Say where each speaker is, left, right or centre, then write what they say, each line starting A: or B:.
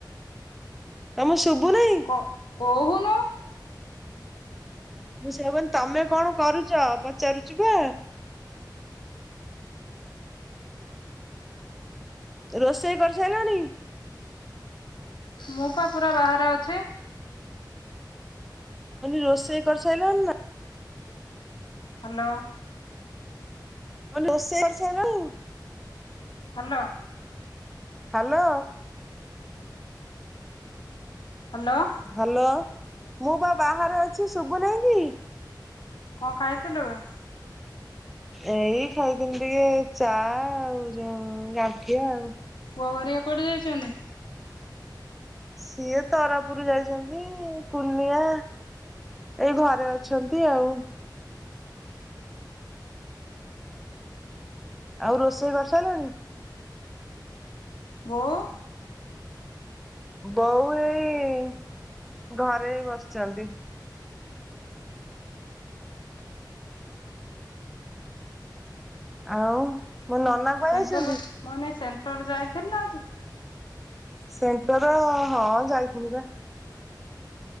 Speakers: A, in the centre; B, on the left (about 80°).
A: ତମକୁ ଶୁବୁନେଇ।
B: କ କୋହୁନୁ।
A: ମୁଁ ସେୟା କୁ କହିଲି ତମେ କଣ କରୁଚ ପଚାରୁଚି ପା। ରୋଷେଇ କର୍ସାଇଲଣି।
B: ମୁଁ ପା ପୁରା ବାହାରେ ଅଛି।
A: ମୁଁ କନି ରୋଷେଇ କର୍ସାଇଲଣିନା।
B: Hello.
A: <unintelligible>
B: Hello.
A: Hello
B: hello.
A: Hello, ମୁଁ ପା ବାହାରେ ଅଛି ଶୁଭୁ ନେଇ କି।
B: କଂ ଖାଇଥିଲୁବେ।
A: ଏଇ ଖାଇଥିନି ଟିକେ ଚା ଆଉ ଯୋଉ ଗାଣ୍ଠିଆ ଆଉ।
B: ପୁଅ ଘରିଆ କୁଆଡେ ଯାଇଚନ୍ତି।
A: ସିଏ ତରାପୁର୍ ଯାଇଚନ୍ତି, କୁନିଆ। ଏଇ ଘରେ ଅଛନ୍ତି ଆଉ। ଆଉ ରୋଷେଇ କର୍ସାଇଲଣି।
B: ବୋଉ
A: ବୋଉ ଏଇ ଘରେ ବସିଚନ୍ତି। ଆଉ ମୋ ନନା କୁଆଡେ
B: ସେଣ୍ଟର
A: ଯାଇଛନ୍ତି?
B: ମନେ ସେଣ୍ଟର ଯାଇଥିଲୁ ନା ଆଜି?
A: ସେଣ୍ଟର ହଁ ଯାଇଥିଲି ବା।